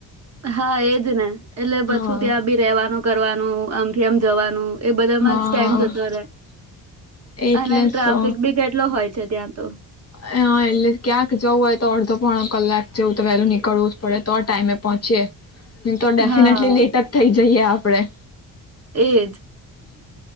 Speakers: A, on the right (about 35°); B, on the left (about 35°).
A: હા એ જને એટલે પછું
B: હા
A: ત્યાં બી રેવાનું કરવાનું આમ એમ જવાનું એ બધામાં
B: હા
A: જ ટાઈમ જતો રહે
B: એટલે
A: અને ટ્રાફિક
B: સો
A: ભી કેટલો હોય છે ત્યાં તો
B: હા એટલે ક્યાંક જવું હોય તો અડધો પોણ કલાક જેવું તો વહેલું નીકળવું જ પડે તો ટાઈમે પહોંચીય તો ડેફિનેટલી
A: હા
B: લેટઅપ થઈ જાય જઈએ આપડે
A: એજ